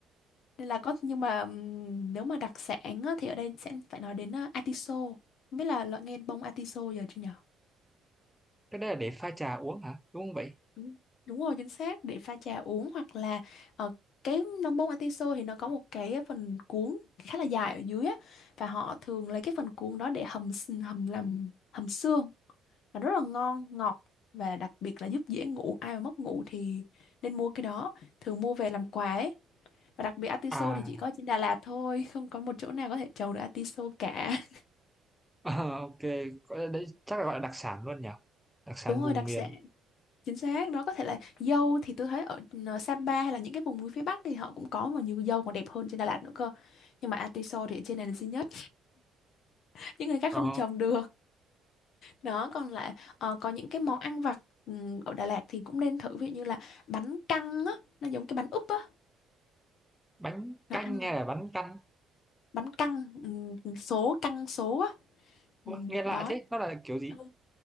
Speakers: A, on the left; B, in the centre.
A: nên là có nhưng mà ừm, nếu mà đặc sản á, thì ở đây sẽ phải nói đến ờ, atiso không biết là loại nghe bông atiso giờ chưa nhỉ
B: cái đấy là để pha trà uống hả đúng không vậy
A: Đúng, đúng rồi chính xác để pha trà uống hoặc là ờ, cái nón bông atiso thì nó có một cái phần cuốn khá là dài ở dưới á và họ thường lấy cái phần cuốn đó để hầm s- hầm làm hầm xương và rất là ngon ngọt và đặc biệt là giúp dễ ngủ ai mà mất ngủ thì nên mua cái đó thường mua về làm quà ấy và đặc biệt atiso
B: à
A: thì chỉ có trên Đà Lạt thôi không có một chỗ nào có thể trồng được atiso cả <laughs>
B: Ờ, ok Gọi là đấy chắc là gọi là đặc sản luôn nhỉ đặc sản
A: đúng
B: vùng
A: rồi đặc
B: miền
A: sản chính xác đó có thể là dâu thì tôi thấy ở ờ, Sapa hay là những cái vùng núi phía Bắc thì họ cũng có mà nhiều dâu còn đẹp hơn trên Đà Lạt nữa cơ nhưng mà atiso thì ở trên này là duy nhất <laughs> những người khác
B: Ờ,
A: không trồng được đó còn lại ờ, có những cái món ăn vặt ừm, ở Đà Lạt thì cũng nên thử ví dụ như là bánh căn á nó giống cái bánh úp á
B: bánh
A: nó
B: canh
A: ăn
B: hay là bánh căn
A: bánh căn ừm, số căn số á
B: Ôi,
A: Ừm,
B: nghe lạ
A: đó
B: thế nó là kiểu gì
A: Ừ.